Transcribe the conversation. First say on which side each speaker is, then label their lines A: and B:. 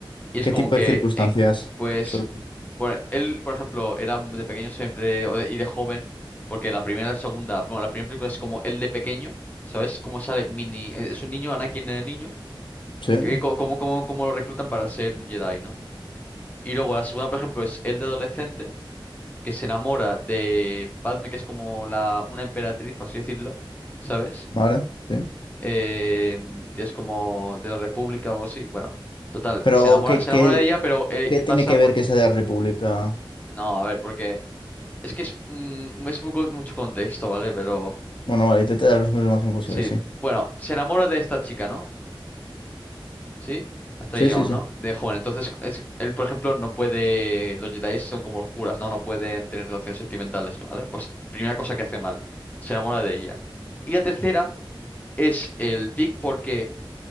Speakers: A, on the left; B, on the left.
A: y es
B: ¿Qué
A: como
B: tipo
A: que,
B: de circunstancias?
A: eh, pues,
B: So-
A: por- él, por ejemplo, era de pequeño siempre o de- y de joven, porque la primera, la segunda, bueno, la primera película es como él de pequeño, ¿sabes? Es como sale mini, es un niño, Anakin de niño,
B: Sí,
A: que, co- como, como, como lo reclutan para ser un Jedi, ¿no? Y luego la segunda, por ejemplo, es el de adolescente, que se enamora de Padme, que es como la, una emperatriz, por así decirlo, ¿sabes?
B: vale, sí.
A: Em, que es como de la República o algo así. Bueno, total,
B: Pero,
A: se enamora,
B: ¿qué,
A: se
B: qué,
A: enamora de ella, pero eh,
B: qué tiene
A: pasa
B: que
A: por...
B: ver que sea de la República?
A: No, a ver, porque es que es, mm, es muy con- mucho contexto, ¿vale? Pero
B: Bueno, vale, intenté resumir lo más imposible,
A: sí,
B: sí.
A: bueno, se enamora de esta chica, ¿no? Sí, hasta
B: Sí,
A: ahí llegamos,
B: sí, sí.
A: ¿no? De joven. Entonces, es- él, por ejemplo, no puede. Los Jedi son como los curas, ¿no? No pueden tener relaciones sentimentales, ¿vale? Pues, primera cosa que hace mal. Se enamora de ella. Y la tercera es el pic, porque